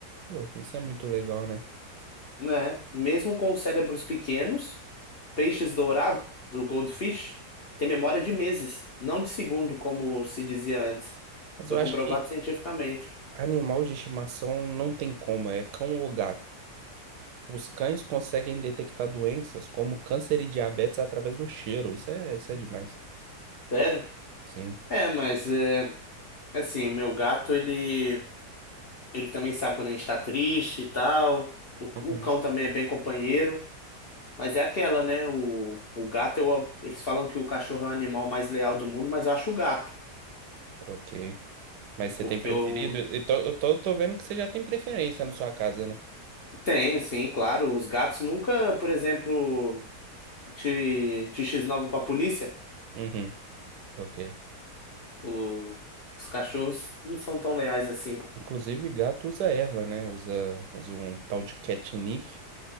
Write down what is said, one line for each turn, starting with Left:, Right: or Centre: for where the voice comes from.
Right: Pô, isso é muito legal, né?
Left: né? Mesmo com cérebros pequenos. peixes dourados, o goldfish, tem memória de meses, não de segundo, como se dizia antes.
Right: Mas
Left: Foi
Right: eu acho
Left: comprovado
Right: que
Left: cientificamente.
Right: animal de estimação não tem como, é cão ou gato. Os cães conseguem detectar doenças como câncer e diabetes através do cheiro. Isso é, isso é demais.
Left: Sério?
Right: Sim.
Left: É, mas é, assim, o meu gato, ele, ele também sabe quando a gente tá triste e tal. O,
Right: Uhum.
Left: o cão também é bem companheiro. Mas é aquela, né? O, o gato, eu, eles falam que o cachorro é o animal mais leal do mundo, mas eu acho o gato.
Right: Ok. Mas você
Left: Porque
Right: tem preferido?
Left: eu
Right: Eu tô, eu tô, tô vendo que você já tem preferência na sua casa, né?
Left: tenho, sim, claro. Os gatos nunca, por exemplo, te, te x-nova pra polícia.
Right: Uhum. Ok.
Left: O- os cachorros não são tão leais assim.
Right: Inclusive, gato usa erva, né? Usa, usa um tal de catnip.